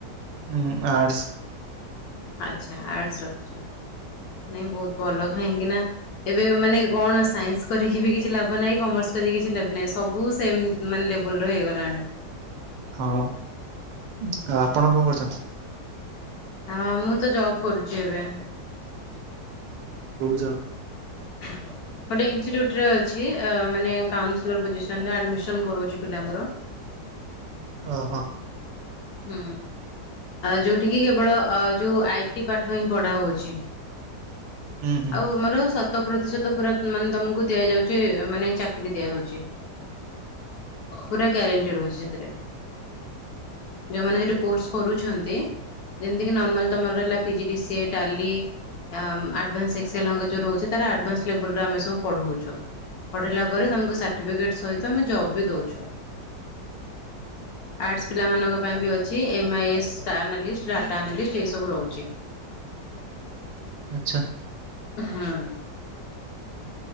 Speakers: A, on the right; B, on the left.
A: ଉ ଆର୍ଟ୍ସ।
B: ଆଛା ଆର୍ଟ୍ସ ରଖିଛ ନାଇଁ ବହୁତ ଭଲ କାହିଁକି ନା ଏବେ ମାନେ କଣ ସାଇନ୍ସ କରିକି ବି କିଛି ଲାଭ ନାହିଁ କମେର୍ସ କରିକି କିଛି ଲାବ ନାହିଁ ସବୁ ସେମ୍ ମାନ୍ ଲେବୁଲର ହେଇଗଲାଣି।
A: ହଁ ଆ ଆପଣ କଣ କରୁଛନ୍ତି?
B: ଆ ମୁଁତ ଜବ୍ କରୁଛି ଏବେ।
A: କୋଉ ଜ
B: ଶବ୍ଦ ଭଲ ଭାବେ ଶୁଭୁନି, ଗୋଟେ ଇଞ୍ଚିଟ୍ୟୁଚ ରେ ଅଛି ଆ ମାନେ କାଉସିଲର ପୋଜିସନ ଆଡମିସନ କରଉଛି ପିଲାଙ୍କର।
A: ଓହ।
B: ହୁଁ। ଆ ଯୋଉଠି କି କେବଳ ଆ ଯୋଉ ଆଇ ଟି ପାଠ ହିଁ ପଢା ହୋଉଛି।
A: ହୁଁ ହୁଁ
B: ଆଉ ମାର ଶତ ପ୍ରତିଶତ ପୂରା ମାନେ ତମକୁ ଦିଆଯାଉଛି ମାନେ ଚାକିରୀ ଦିଆହୋଉଛି। ପୁରା ଗ୍ୟାରେଣ୍ଟି ରହୁଛି ସେଥିରେ।
A: କିଛିବି ଶବ୍ଦ ଶୁଭୁ ନାହିଁ,
B: ଯୋଉଁମାନେ ହେଠି କୋର୍ସ କରୁଛନ୍ତି ଯେମିତିକି ନର୍ମାଲ ତମର ରହିଲା ପିଜି ଡିସିଏ ଟାଲି ଆ ଆଡଭାନ୍ସ <unintelligible> ରହୁଛି ତାର ଆଡଭାନ୍ସ ଲେବୁଲ ରେ ଆମେ ସବୁ ପଢ଼ଉଚୁ। ପଠେଇଲା ପରେ ତମକୁ ସାର୍ଟିଫିକେଟ ସହିତ ଆମେ ଜବ୍ ବି ଦଉଛୁ।
A: କୌଣସି ଶବ୍ଦ ଶୁଭୁ ନାହିଁ,
B: ଆର୍ଟସ ପିଲାମାନଙ୍କ ପାଇଁ ବି ଅଛି ଏମ୍ ଆଇ ଏସ୍ ଷ୍ଟନାଲିଷ୍ଟ ଡାଟା ଆନାଲିଷ୍ଟ ଏସବୁ ରହୁଛି।
A: ଆଚ୍ଛା।
B: ହୁଁ।